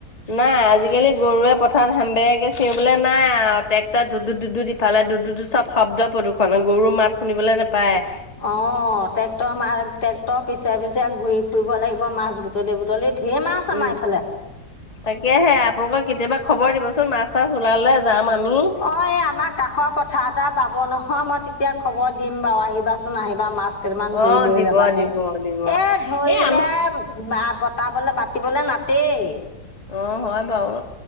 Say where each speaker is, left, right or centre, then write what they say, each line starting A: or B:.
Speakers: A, on the left; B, on the left.
A: নাই আজিকালি গৰুৱে পথাৰ হেম বেকে চিঞবলৈ নাই আৰু ট্ৰেক্টৰ ধু ধু দি ফালে দু দু চব শব্দ প্ৰদূষণ গৰুৰ মাত শুনিবলৈ নোপায়।
B: অ' ট্ৰেক্টৰ মা ট্ৰেক্টৰ পিছে পিছে ঘূৰি ফুৰিব লাগিব মাছ বুটলি বুটলিত ঢেৰ মাছ আমাৰ
A: উম
B: এইফালে।
A: তাকেহে আপোনালোকে কেতিয়াবা খবৰ দিবচোন মাছ চাছ ওলালে যাম আমি।
B: অঁ এই আমাৰ কাষৰ পথাৰ এদৰা বাব নহয় মই তেতিয়া খবৰ দিম বাৰু আহিবাচোন আহিবা মাছ কেইটামান ধৰি
A: অ
B: লৈ
A: দিব
B: যাবাহে।
A: দিব দিব
B: এ ধৰিলে
A: এ আমাৰ
B: বা বতাবলে বতিবলে নাতেই।
A: অ' হয় বাৰু।